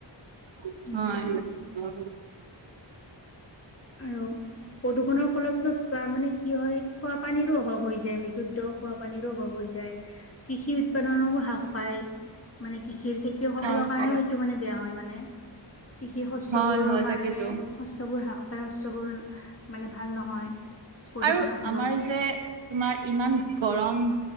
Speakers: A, on the right (about 80°); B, on the left (about 30°).
A: <unintelligible>
B: তেনেকুৱা আৰু প্ৰদূষণৰ ফলত টো চা মানে কি হয় খোৱা পানীৰো অভাৱ হৈ যায় বি শুদ্ধ খোৱা পানীৰো অভাৱ হৈ যায়, কৃষি উৎপাদনৰো হ্ৰাস পায়। মানে কৃষিৰ খেতিয়কসকলৰ
A: হয়
B: কাৰণেও
A: হয়
B: এইটো মানে বেয়া হয় মানে। কৃষি শস্যবোৰৰ
A: হয় হয়
B: কাৰণে
A: তাকেতো
B: শস্যবোৰ হ্ৰাস পাই, শস্যবোৰ মানে ভাল নহয়। প্ৰদূষণৰ
A: আৰু
B: ফলত
A: আমাৰ যে তোমাৰ ইমান গৰম